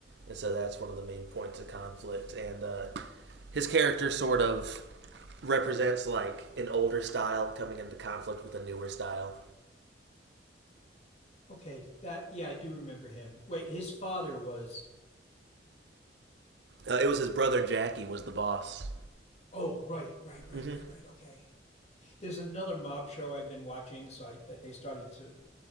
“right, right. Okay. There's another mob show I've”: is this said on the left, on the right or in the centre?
Left